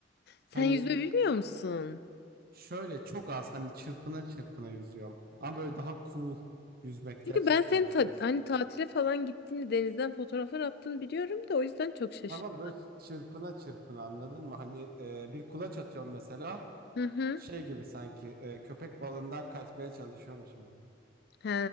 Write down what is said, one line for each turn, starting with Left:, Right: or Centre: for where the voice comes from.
Left: Sen
Right: Hani
Left: yüzme bilmiyor musun?
Right: şöyle çok az hani çırpına çırpına yüzüyorum. Ama böyle daha cool yüzmek,
Left: Çünkü
Right: gerçekten
Left: ben senin
Right: yüzmek
Left: ta-
Right: istiyorum.
Left: hani tatile falan gittiğini denizden fotoğraflar attığını biliyorum da o yüzden çok şaşırdım.
Right: Ama böyle çırpına çırpına anladın mı? Hani e, bir kulaç atıyorum mesela.
Left: Hı hı.
Right: Şey gibi sanki e, köpek balığından kaçmaya çalışıyormuşum gibi.
Left: He,